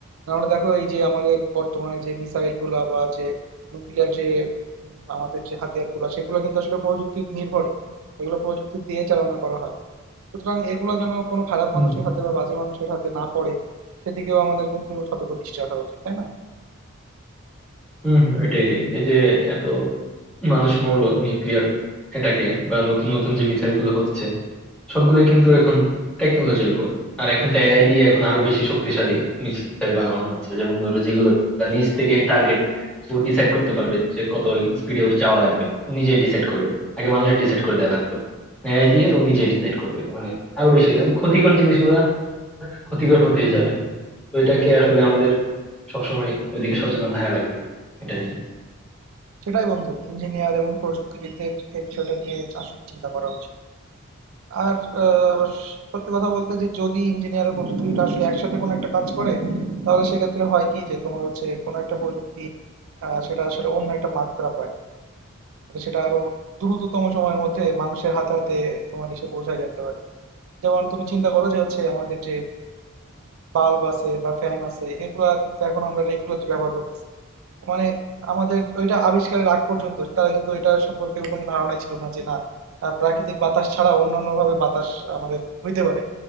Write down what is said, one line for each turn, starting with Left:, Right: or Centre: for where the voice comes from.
Right: নাহলে দেখো এই যে আমাদের বর্তমানে যে মিসাইল গুলা বা যে নিউক্লিয়ার যে উম, আমাদের যে হাতিয়ার গুলা সেগুলো কিন্তু আসলে প্রযুক্তি নির্ভরই এগুলো প্রযুক্তি দিয়ে চালনা করা হয় সুতরাং এগুলো যেন কোনো খারাপ
Centre: কি
Right: মানুষের হাতে বা বাজে মানুষের হাতে না পড়ে সেদিকেও আমাদের কিন্তু সতর্ক দৃষ্টি রাখা উচিত তাই না
Centre: হম হম এটাই এই যে এত মানুষ মরলো নিউক্লিয়ার এটাকে বা নতুন নতুন যে মিসাইল গুলো হচ্ছে সবগুলো কিন্তু এখন টেকনোলজির উপর আর এখন তো এআই দিয়ে এখন আরো বেশি শক্তিশালী মিসাইল বানানো হচ্ছে যেমন ধরো যেগুলো নিজ থেকেই টার্গেট ও ডিসাইড করতে পারবে যে কত স্পিডে ওর যাওয়া লাগবে ও নিজেই ডিসাইড করবে আগে মানুষের ডিসাইড করে দেওয়া লাগতো এআই দিয়ে ও নিজেই ডিসাইড করবে মানে আরো বেশি মানে ক্ষতিকর জিনিসগুলা ক্ষতিকর হতেই যাবে তো এটাকে আসলে আমাদের সবসময় ওইদিকে সচেতন থাকা লাগবে এটা নিয়ে
Right: সেটাই বন্ধু ইঞ্জিনিয়ার এবং প্রযুক্তিবিদদের এই বিষয়টা নিয়ে আসলে চিন্তা করা উচিত আর আহ, সত্যি কথা বলতে যে যদি ইঞ্জিনিয়ার আর প্রযুক্তিবিদ আসলে একসাথে কোনো একটা কাজ করে তাহলে সেক্ষেত্রে হয় কি যে তোমার হচ্ছে কোনো একটা প্রযুক্তি আহ, সেটা আসলে অন্য একটা মাত্রা পায় তাহলে সেটা আরো দ্রুততম সময়ের মধ্যে মানুষের হাতে হাতে তোমার এসে পৌঁছায় যেতে পারে যেমন তুমি চিন্তা করো যে হচ্ছে আমাদের যে বাল্ব আছে বা ফ্যান আছে এগুলা কিন্তু এখন আমরা রেগুলার যে ব্যবহার করতেছি মানে আমাদের ওইটা আবিষ্কারের আগ পর্যন্ত তারা কিন্তু এটা সম্পর্কে কোনো ধারণাই ছিল না যে না আহ, প্রাকৃতিক বাতাস ছাড়া অন্য অন্য ভাবে বাতাস আমাদের হইতে পারে